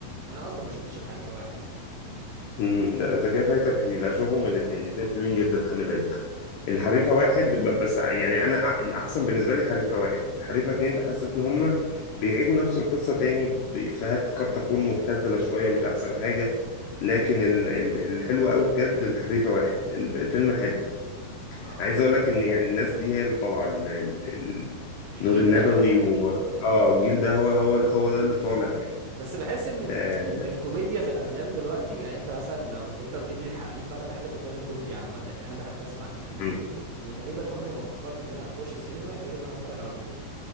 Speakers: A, on the right; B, on the left.
A: انا اصلا ما شفتش الحريفة واحد
B: امم لا انت كده فايتك كتير لا شوفهم الاثنين الاثنين حلوين جدا خلي بالك الحريفه واحد ب- بس يعني انا أ- الاحسن بالنسبه لي حريفه واحد الحريفه اتنين ده حسيت ان هم بيعيدوا نفس القصه تاني بافيهات قد تكون مبتذله شويه مش احسن حاجه لكن ال- ال- الحلو قوي بجد الحريفه واحد ال- الفيلم حلو
A: اه
B: عايز اقول لك ان يعني الناس دي هي اللي طالعه ال- ال- ال-
A: الجيل
B: نور النبوي
A: ده يعني
B: و... اه الجيل ده هو هو هو ده اللي طالع يعني
A: بس بحس ان ال...
B: آه.
A: ان الكوميديا في الافلام دلوقتي يعني انت مثلا لو انت قلت لي الحريف انا بحب الافلام الكوميدي عامه يعني انا بحب اسمع الافلام الكوميدي
B: مم.
A: وتقريبا عمري ما فكرت ان انا اخش سينما غير ان انا اتفرج على كوميدي